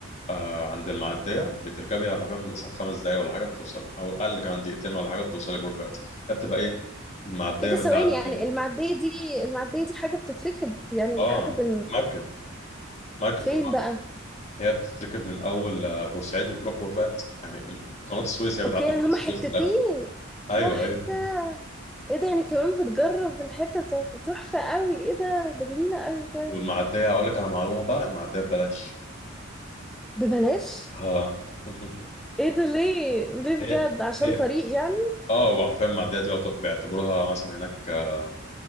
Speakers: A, on the left; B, in the centre.
A: آه، عند المعدية بتركبي حرفيا مثلا خمس دقايق ولا حاجة بتوصلي أو أقل كمان دقيقتين ولا حاجة بتوصلي بور فؤاد هي بتبقى إيه المعدية
B: ايه ده
A: بتعدي
B: ثواني يعني المعديه دي المعديه دي حاجه بتتركب يعني
A: آه
B: حاجه بن
A: مركب مركب
B: فين
A: في البحر
B: بقى
A: هي بتتركب من أول آه، بورسعيد وتروح بور فؤاد يعني ال- قناة السويس هي بتعدي
B: اوكي يعني
A: قناة
B: هما
A: السويس
B: حتتين
A: في الآخر
B: تحفه
A: أيوه أيوه
B: ايه ده يعني كمان بتجرب الحته بتاعت تحفه قوي ايه ده ده جميله قوي بجد
A: والمعدية أقول لك على معلومة بقى المعدية ببلاش
B: ببلاش
A: آه. <laughs>
B: ايه ده ليه ليه
A: هي
B: بجد عشان
A: هي
B: طريق يعني
A: اه هو حرفيا معديه دي يعتبر- بيعتبروها مثلا هناك آه،